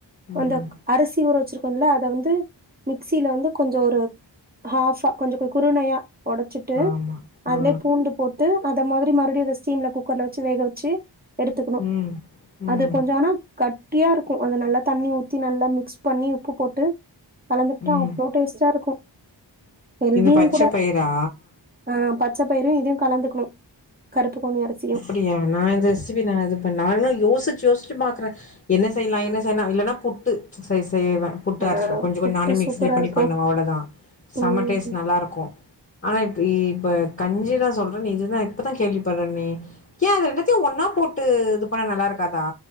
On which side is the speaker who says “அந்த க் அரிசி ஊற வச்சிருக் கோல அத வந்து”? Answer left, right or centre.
Right